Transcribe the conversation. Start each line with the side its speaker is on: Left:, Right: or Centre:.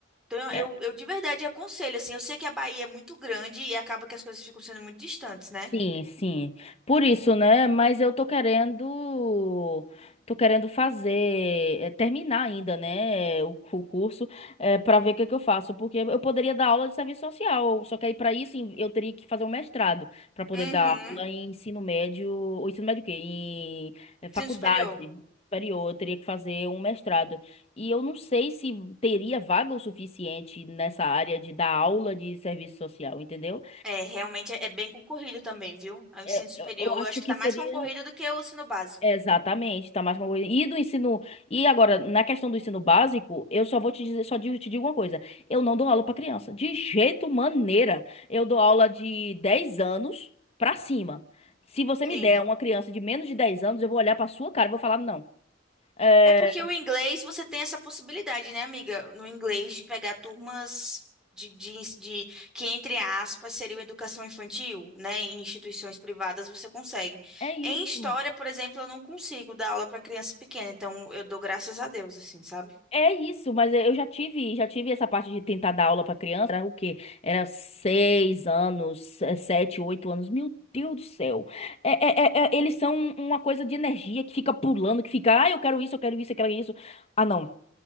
Centre: Então,
Left: É.
Centre: eu, eu de verdade aconselho, assim, eu sei que a Bahia é muito grande e acaba que as coisas ficam sendo muito distantes, né?
Left: Sim, sim. Por isso, né? Mas eu tô querendo, tô querendo fazer, eh, terminar ainda, né? O, cu- o curso, é, para ver o que que eu faço, porque eu poderia dar aula de serviço social, só que aí para isso em- eu teria que fazer um mestrado para poder
Centre: Uhum.
Left: dar aula em ensino médio, ou ensino médio o quê? Em eh, faculdade.
Centre: Ensino superior.
Left: superior, Eu teria que fazer um mestrado. E eu não sei se teria vaga o suficiente nessa área de dar aula de serviço social, entendeu?
Centre: É, realmente é, é bem concorrido também, viu? É O
Left: Eu,
Centre: ensino superior,
Left: eu eu acho
Centre: eu acho que
Left: que
Centre: tá
Left: seria.
Centre: mais concorrido do que o ensino básico.
Left: Exatamente, tá mais uma coisa E do ensino. E agora, na questão do ensino básico, eu só vou te dizer, só digo, te digo uma coisa. Eu não dou aula pra criança. De jeito maneira. Eu dou aula de 10 anos pra cima. Se você
Centre: Sim.
Left: me der uma criança de menos de 10 anos, eu vou olhar pra sua cara e vou falar, não. É,
Centre: É porque o inglês você tem essa possibilidade, né, amiga? No inglês de pegar turmas de, de, ens- de- que, entre aspas, seriam educação infantil, né? Em instituições privadas você consegue.
Left: é isso.
Centre: Em história, por exemplo, eu não consigo dar aula para criança pequena, então eu dou graças a Deus, assim, sabe?
Left: É isso, mas eu já tive, já tive essa parte de tentar dar aula para criança. Era o quê? Era seis anos, se- sete, oito anos. Meu Deus do céu. É, é- é- é- eles são uma coisa de energia que fica pulando, que fica, ah, eu quero isso, eu quero isso, eu quero isso. Ah, não.